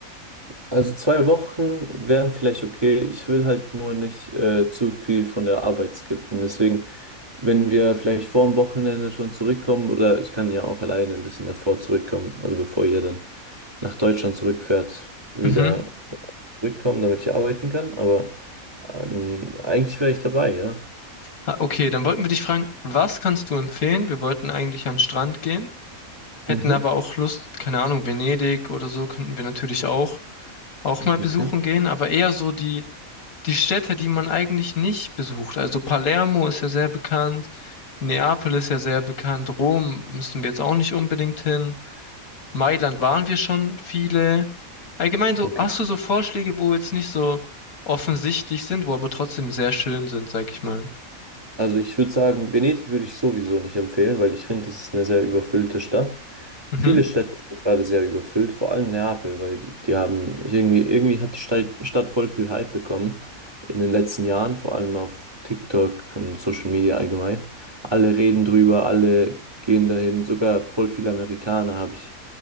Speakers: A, on the right; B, on the left.
A: Also zwei Wochen wären vielleicht okay. Ich will halt nur nicht äh, zu viel von der Arbeit skippen. Deswegen, wenn wir vielleicht vor dem Wochenende schon zurückkommen, oder ich kann ja auch alleine ein bisschen davor zurückkommen, also bevor ihr dann nach Deutschland zurückfährt, wieder
B: Mhm.
A: zurückkommen, damit ich arbeiten kann. Aber ähm, eigentlich wäre ich dabei, ja.
B: Ah, Okay, dann wollten wir dich fragen, was kannst du empfehlen? Wir wollten eigentlich an den Strand gehen, hätten
A: Mhm.
B: aber auch Lust, keine Ahnung, Venedig oder so könnten wir natürlich auch auch mal besuchen
A: Okay.
B: gehen, aber eher so die die Städte, die man eigentlich nicht besucht. Also Palermo ist ja sehr bekannt, Neapel ist ja sehr bekannt, Rom müssen wir jetzt auch nicht unbedingt hin. Mailand waren wir schon viele. Allgemein so,
A: Okay.
B: hast du so Vorschläge, wo jetzt nicht so offensichtlich sind, wo aber trotzdem sehr schön sind, sag ich mal.
A: Also ich würde sagen, Venedig würde ich sowieso nicht empfehlen, weil ich finde, das ist eine sehr überfüllte Stadt.
B: Mhm.
A: Viele Städte sind gerade sehr überfüllt, vor allem Neapel, weil die haben irgendwie, irgendwie hat die Stadt, Stadt voll viel Hype bekommen in den letzten Jahren, vor allem auf TikTok und Social Media allgemein. Alle reden drüber, alle gehen dahin, sogar voll viele Amerikaner habe ich